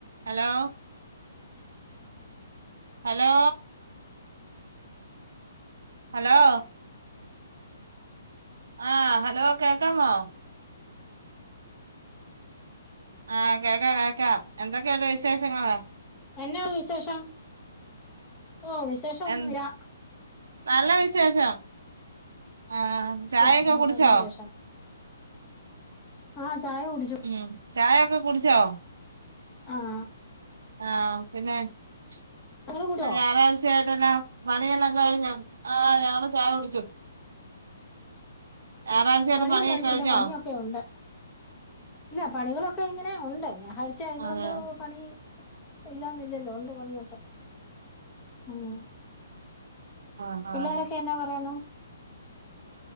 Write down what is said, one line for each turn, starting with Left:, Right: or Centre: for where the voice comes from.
Right: Hello hello hello ആഹ് hello കേക്കാമോ ആഹ് കേക്കാം കേക്കാം എന്തൊക്കെയുണ്ട് വിശേഷങ്ങള്
Left: എന്നാ ഒണ്ട് വിശേഷം. ഓ വിശേഷം ഒന്നുല്ലാ
Right: എ നല്ല വിശേഷം ആഹ് ചായയൊക്കെ
Left: സുഖം ആഹ്
Right: കുടിച്ചോ
Left: നല്ല വിശേഷം ആഹ് ചായ കുടിച്ചു.
Right: ഉം ചായ ഒക്കെ കുടിച്ചോ
Left: ആഹ്
Right: ആഹ് പിന്നെ ഇന്ന്
Left: നിങ്ങള് കുടിച്ചോ
Right: ഞായറാഴ്ച്ചയായിട്ടെന്നാ പണിയെല്ലാം കഴിഞ്ഞോ ആ ഞങ്ങള് ചായ കുടിച്ചു ഞായറാഴ്ചയായിട്ട്
Left: പണിയൊന്നും
Right: പണിയൊക്കെ
Left: കഴിഞ്ഞില്ല
Right: കഴിഞ്ഞോ
Left: പണിയൊക്കെ ഒണ്ട് ഇല്ല പണികളൊക്കെ ഇങ്ങനെ ഒണ്ട് ഞായറാഴ്ച ആയത്
Right: അതെയോ
Left: കൊണ്ട് പണി ഇല്ലാന്നില്ലല്ലോ ഉണ്ട് പണിയൊക്കെ മം
Right: ആഹ്
Left: പിള്ളേരൊക്കെ
Right: ആഹ്
Left: എന്നാ പറയുന്നു